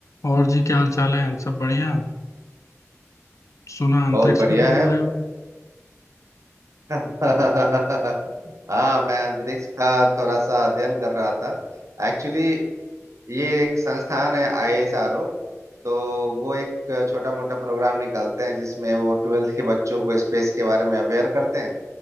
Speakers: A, on the left; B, on the right.
A: और जी क्या हाल चाल है सब बढ़िया सुना अंतरिक्ष
B: बहुत बढ़िया
A: में घूम
B: है
A: रहे हो
B: <laughs> हाँ मैं अंतरिक्ष का थोड़ा सा अध्ययन कर रहा था एक्चुअली ये एक संस्थान है आईएसआरओ तो वो एक छोटा मोटा प्रोग्राम निकालते हैं जिसमें वो ट्वेल्थ के बच्चों को स्पेस के बारे में अवेयर करते हैं